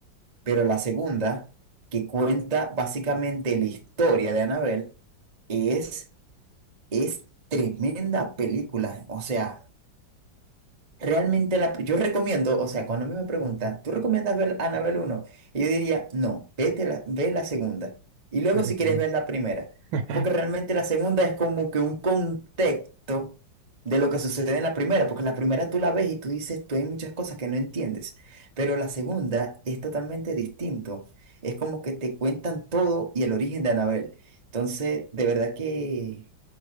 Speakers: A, on the right; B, on the right.
A: pero la segunda, que cuenta básicamente la historia de Annabelle, es, es tremenda película. O sea, Realmente la, yo recomiendo, o sea, cuando a mí me preguntan, ¿tú recomiendas ver Annabelle uno Y yo diría, no, vete la, ve la segunda. Y luego
B: sí, sí,
A: si quieres
B: claro.
A: ver la primera.
B: <laughs>
A: Porque realmente la segunda es como que un contexto de lo que sucede en la primera. Porque la primera tú la ves y tú dices, tú hay muchas cosas que no entiendes. Pero la segunda es totalmente distinto. Es como que te cuentan todo y el origen de Annabelle. Entonces, de verdad que